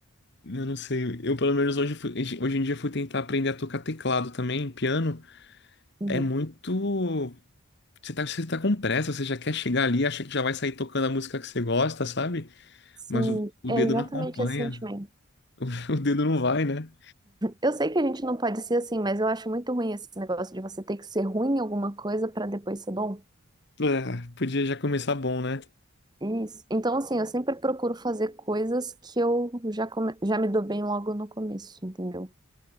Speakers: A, on the left (about 50°); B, on the right (about 20°).
A: Eu não sei, eu pelo menos hoje, fui- hoje em dia fui tentar aprender a tocar teclado também, piano,
B: uhum.
A: é muito... Você tá, você tá com pressa, você já quer chegar ali, acha que já vai sair tocando a música que você gosta, sabe?
B: Sim,
A: Mas o, o
B: é
A: dedo
B: exatamente
A: não acompanha,
B: esse sentimento.
A: <laughs> o dedo não vai, né?
B: Eu sei que a gente não pode ser assim, mas eu acho muito ruim esse negócio de você ter que ser ruim em alguma coisa para depois ser bom.
A: É, podia já começar bom, né?
B: Isso. Então, assim, eu sempre procuro fazer coisas que eu já, come- já me dou bem logo no começo, entendeu?